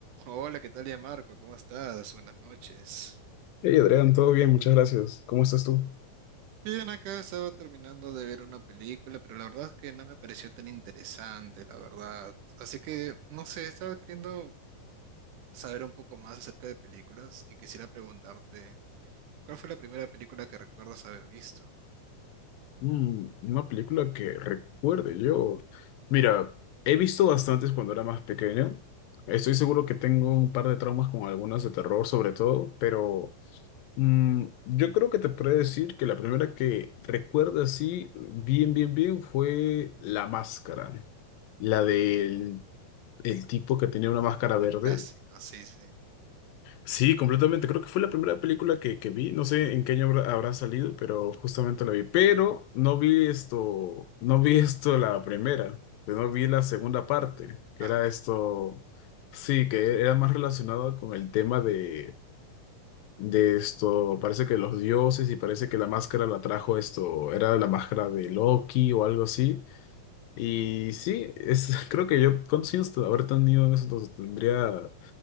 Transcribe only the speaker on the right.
Hola, ¿qué tal ya Marco? ¿Cómo estás? Buenas noches.
Bien, acá estaba terminando de ver una película, pero la verdad es que no me pareció tan interesante, la verdad. Así que, no sé, estaba queriendo saber un poco más acerca de películas y quisiera preguntarte, ¿cuál fue la primera película que recuerdas haber visto?
Un
clásico, sí, sí.
Ah,